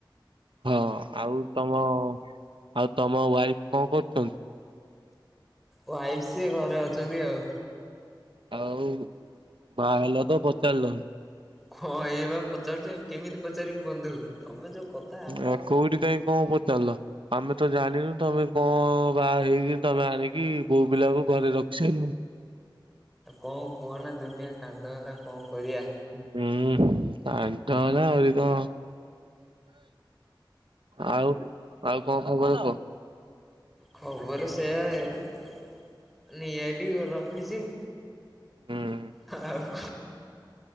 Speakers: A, on the right; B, in the centre.
A: ହଁ ଆଉ ତମ ଆଉ ତମ ୱାଇଫ୍ କଣ କରୁଚନ୍ତି?
B: ୱାଇଫ୍ ସିଏ ଘରେ ଅଛନ୍ତି ଆଉ।
A: ଆଉ ବାହା ହେଲ ତ ପଚାରଲନି।
B: ହଁ ଏଇ ବା ପଚାରୁଚି ଆଉ କେମିତି ପଚାରିମି ବନ୍ଧୁ ତମେ ଯୋଉ କଥା ଆଉ
A: ଆ କୋଉଠି କାଇଁ କଣ ପଚାରଲ? ଆମେ ତ ଜାଣିନୁ ତମେ କଣ ବାହା ହେଇକି ତମେ ଆଣିକି ବୋହୁ ପିଲାକୁ ଘରେ ରଖି ସାଇଲଣି।
B: ଆଉ କଣ କୁହନା ଦୁନିଆ କାଣ୍ଡ ହେଲା କଣ କରିବା।
A: ହୁଁ କାଣ୍ଡ ହେଲା ଆହୁରି କଣ? ଆଉ ଆଉ କଣ ଖବର କୁହ?
B: ଖବର ସେୟା ଏ ନେଇଆଇଲି ରଖିଚି।
A: ହୁଁ
B: ହଁ ଆଉ